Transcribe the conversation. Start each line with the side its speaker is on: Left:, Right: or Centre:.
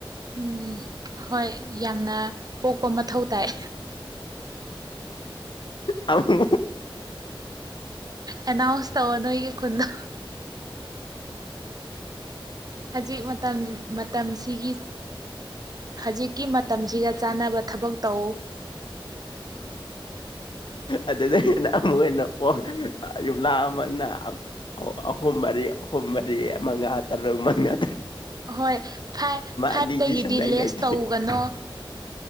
Right: ꯎꯝ ꯍꯣꯏ ꯌꯥꯝꯅ ꯄꯣꯛꯄ ꯃꯊꯧ ꯇꯥꯏ
Left: ꯑꯗ
Right: ꯑꯦꯅꯥꯎꯟꯁ ꯇꯧ ꯅꯣꯏꯒꯤ ꯈꯨꯟꯗꯣ ꯍꯧꯖꯤꯛ ꯃꯇꯝ ꯃꯇꯝꯁꯤꯒꯤ ꯍꯧꯖꯤꯛꯀꯤ ꯃꯇꯝꯁꯤꯒ ꯆꯥꯅꯕ ꯊꯕꯛ ꯇꯧ
Left: ꯑꯗꯨꯗꯒꯤꯅ ꯑꯃꯨꯛ ꯍꯅ ꯄ ꯌꯨꯝꯂꯥ ꯑꯃꯟꯅ ꯑꯣ ꯑꯍꯣꯝꯕꯔꯤ ꯑꯍꯣꯝꯕꯔꯤ ꯃꯉꯥ ꯇꯔꯨꯛ ꯃꯪꯉ
Right: ꯑꯣꯏ ꯐꯥꯏꯚ ꯐꯥꯏꯚꯇꯒꯤꯗꯤ
Left: ꯑꯅꯤꯗꯤ ꯁꯨꯡꯂꯩ
Right: ꯂꯦꯁ
Left: ꯂꯩꯇꯦ
Right: ꯇꯧꯒꯅꯣ